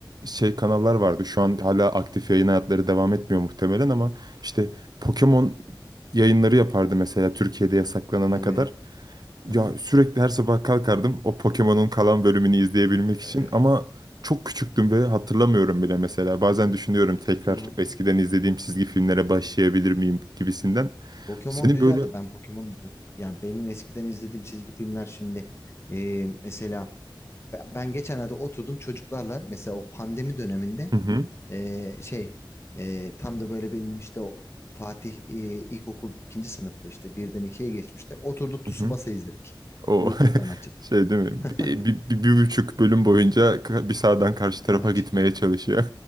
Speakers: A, on the right (about 50°); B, on the left (about 30°).
A: şey kanallar vardı. Şu an hala aktif yayın hayatları devam etmiyor muhtemelen ama işte Pokemon yayınları yapardı mesela Türkiye'de yasaklanana
B: evet.
A: kadar.
B: Aha,
A: Ya sürekli her sabah kalkardım o Pokemon'un kalan bölümünü izleyebilmek için
B: evet evet.
A: ama çok küçüktüm ve hatırlamıyorum bile mesela. Bazen düşünüyorum tekrar
B: Pokemon.
A: eskiden izlediğim çizgi filmlere başlayabilir
B: Hı
A: miyim
B: hı.
A: gibisinden.
B: Pokemon
A: Senin
B: güzeldi.
A: böyle
B: Ben Pokemon izledim. Yani benim eskiden izlediğim çizgi filmler şimdi e, mesela ben, ben geçenlerde oturdum çocuklarla mesela o pandemi döneminde
A: hı hı,
B: e, şey e, tam da böyle benim işte o Fatih e, ilkokul ikinci sınıfta işte birden ikiye geçmişte oturduk Tsubasa
A: hı hı.
B: izledik.
A: O
B: YouTube'dan
A: <laughs>
B: açıp
A: şey değil mi?
B: <laughs>
A: Bir, bir, bir, bir buçuk bölüm boyunca ka- bir sağdan karşı
B: bir
A: tarafa
B: maç.
A: gitmeye çalışıyor.